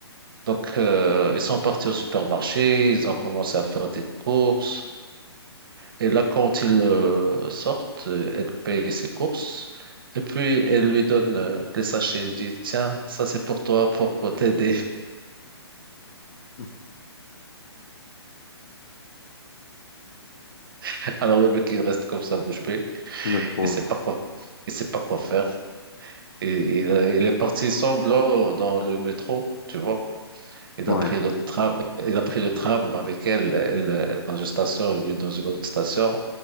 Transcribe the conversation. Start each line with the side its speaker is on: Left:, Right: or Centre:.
Right: Donc, euh, ils sont partis au supermarché. Ils ont commencé à faire des courses. Et là, quand ils euh, sortent, euh, elle paye ses courses. Et puis, elle lui donne euh, les sachets. Elle lui dit, tiens, ça c'est pour toi, pour t'aider.
Left: <laughs>
Right: <laughs> Alors, le mec, il reste comme ça, bouche bée.
Left: Le pauvre.
Right: Il sait pas quoi, il sait pas quoi faire. Et il, a- il est parti semble là, dans le métro, tu vois. Il
Left: Ouais.
Right: a pris le tram, il a pris le tram avec elle, elle euh, dans une station, lui dans une autre station.